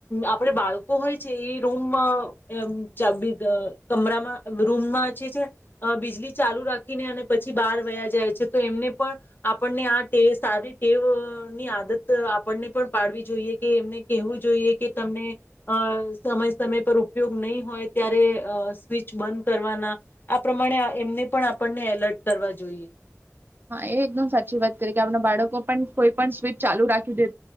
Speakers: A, on the left; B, on the right.
A: આપણે બાળકો હોય છે એ રૂમ અ ચા બી ગ કમરામાં રૂમમાં જે છે બીજળ ચાલુ રાખીને અને પછી બહાર વયા જાય છે, તો એમને પણ આપણને આ ટે સારી ટેવની આદત આપણને પણ પાડવી જોઈએ, કે એમને કહેવું જોઈએ કે તમને અ સમય સમય પર ઉપયોગ નહીં હોય ત્યારે અ સ્વિચ બંધ કરવાના આ પ્રમાણે એમને પણ આપણને એલર્ટ કરવા જોઈએ.
B: હા એ એકદમ સાચી વાત કરી, કે આપણા બાળકો પણ કોઈ પણ સ્વીચ ચાલુ રાખી દે